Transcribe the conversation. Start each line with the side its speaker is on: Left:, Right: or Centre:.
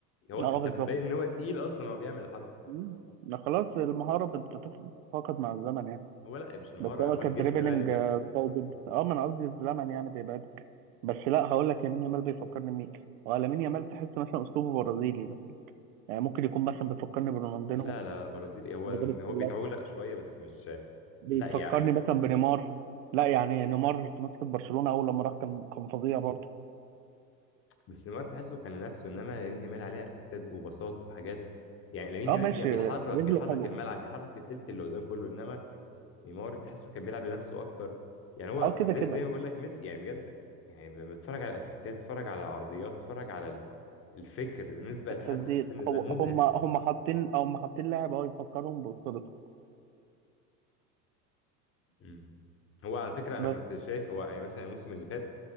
Left: هو
Right: اه
Left: انت
Right: آه، بالظبط
Left: باين ان هو تقيل اصلا هو بيعمل الحركه
Right: مم. ما خلاص المهارة بت- بتف- بتتفاقد مع الزمن يعني
Left: هو لا مش المهاره
Right: بس هو
Left: هو
Right: كدريبلينج
Left: الجسم بقى اللي بيحكم
Right: آه، قوي جدا اه ما انا قصدي الزمن يعني بيبعدك بس لا هقول لك يمين يامال بيفكرني بمين هو لامين يامال تحس مثلا اسلوبه برازيلي مثلا يعني ممكن يكون مثلا بيفكرني برونالدينهو
Left: لا لا لا برازيلي هو
Right: من غير الكلات
Left: هو بيتعولق شويه بس مش
Right: بيفكرني
Left: لا يعني
Right: مثلا بنيمار لا يعني نيمار في نسخة برشلونة اول لما راح كان كان فظيع برضه
Left: بس نيمار تحسه كان نفسه انما لامين يامال عليه اسيستات وباصات وحاجات يعني لامين
Right: اه
Left: يامال
Right: ماشي
Left: بي- بيحرك
Right: رجله
Left: بيحرك
Right: حلوه
Left: الملعب بيحرك التلت اللي قدام كله انما نيمار تحسه كان بيلعب لنفسه اكتر يعني هو
Right: اه كده
Left: زي
Right: كده
Left: زي ما بقول لك ميسي يعني بجد يعني ب- بتفرج على الاسيستات بتفرج على العرضيات بتفرج على ال- الفكر بالنسبه
Right: التسديد
Left: لحد في السن
Right: هو
Left: ده مبهر
Right: هم هم حاطين او هم حاطين لاعب اه يفكرهم باسطورته
Left: مم. هو على فكره انا
Right: بس
Left: كنت شايف هو يعني مثلا الموسم اللي فات